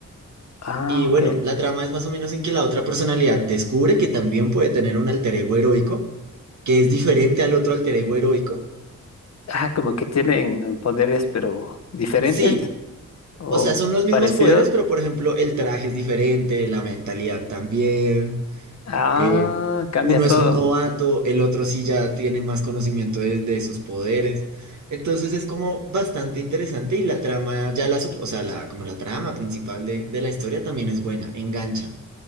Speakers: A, on the left; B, on the right.
A: Ah,
B: Y bueno,
A: ok.
B: la trama es más o menos en que la otra personalidad descubre que también puede tener un alter ego heroico, que es diferente al otro alter ego heroico.
A: Ah, como que tienen poderes, pero diferentes
B: Sí,
A: o
B: O sea, son los mismos
A: parecidos.
B: poderes, pero por ejemplo, el traje es diferente, la mentalidad también.
A: Ah,
B: eh,
A: cambia
B: uno
A: todo.
B: es un novato, el otro sí ya tiene más conocimiento de, de sus poderes. Entonces es como bastante interesante y la trama, ya la, sub- o sea, la, como la trama principal de, de la historia también es buena, engancha.